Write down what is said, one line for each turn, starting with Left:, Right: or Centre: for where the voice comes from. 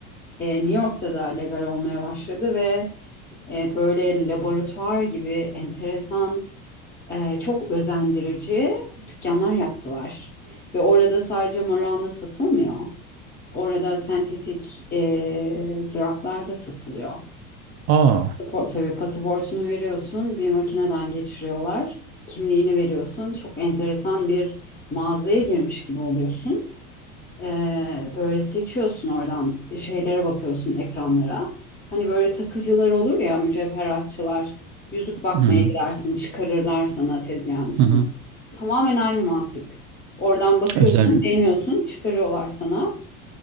Left: E, New York'ta da legal olmaya başladı ve e, böyle laboratuvar gibi enteresan, e, çok özendirici dükkanlar yaptılar. Ve orada sadece marijuana satılmıyor. Orada sentetik e, drug'lar da satılıyor.
Right: Aa.
Left: Pasaport, tabii pasaportunu veriyorsun, bir makineden geçiriyorlar. Kimliğini veriyorsun. Çok enteresan bir mağazaya girmiş gibi oluyorsun. Ee, böyle seçiyorsun oradan şeylere bakıyorsun ekranlara. Hani böyle takıcılar olur ya mücevheratçılar. Yüzük bakmaya
Right: Hı hı.
Left: gidersin, çıkarırlar sana tezgahın üstüne.
Right: Hı hı.
Left: Tamamen aynı mantık. Oradan bakıyorsun,
Right: Özel bir
Left: beğeniyorsun, çıkarıyorlar sana.